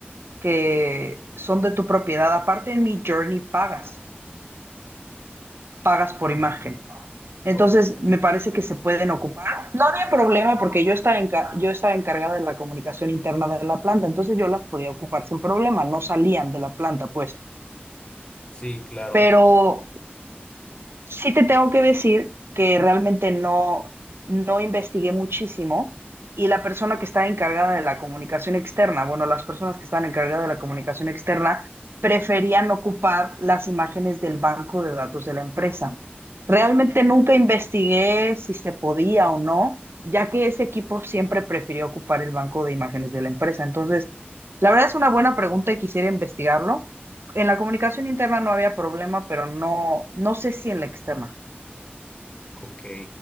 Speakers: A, on the right; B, on the left.
A: que son de tu propiedad. Aparte en mi Journey pagas, pagas por imagen. Entonces,
B: Ok.
A: me parece que se pueden ocupar. No había problema porque yo estaba, enca- yo estaba encargada de la comunicación interna de la planta, entonces yo las podía ocupar sin problema, no salían de la planta, pues.
B: Sí, claro.
A: Pero Sí te tengo que decir que realmente no, no investigué muchísimo y la persona que está encargada de la comunicación externa, bueno, las personas que están encargadas de la comunicación externa preferían ocupar las imágenes del banco de datos de la empresa. Realmente nunca investigué si se podía o no, ya que ese equipo siempre prefirió ocupar el banco de imágenes de la empresa. Entonces, la verdad es una buena pregunta y quisiera investigarlo en la comunicación interna no había problema, pero no, no sé si en la externa.
B: Ok.